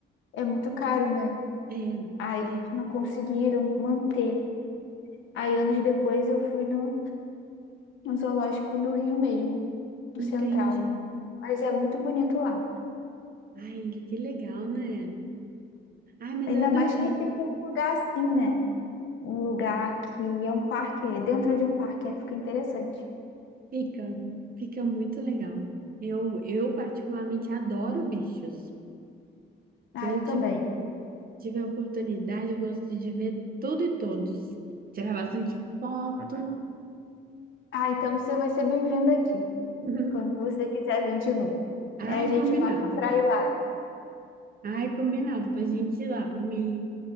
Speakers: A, on the left (about 75°); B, on the right (about 45°).
A: é muito caro, né?
B: É,
A: Aí
B: é,
A: não conseguiram manter. Aí anos depois eu fui no no zoológico do Rio mesmo, do
B: entendi.
A: Central. Mas é muito bonito lá.
B: Ai, que legal, né? Ai, mas
A: Ainda
B: eu adorei.
A: mais que fica em um lugar assim, né? Um lugar que é um parque, é dentro de um parque, aí fica interessante.
B: Fica, fica muito legal. Eu, eu particularmente adoro bichos.
A: Ah,
B: Se eu
A: eu também.
B: ti- tiver oportunidade, eu gosto de ver tudo e todos. Tirar bastante foto. <laughs>
A: Ah, então você vai ser bem-vindo aqui,
B: Uhum.
A: quando você quiser vir de novo. É,
B: Ai,
A: a gente
B: combinado.
A: marca pra ir lá.
B: Ai, combinado pra gente ir lá, pra me,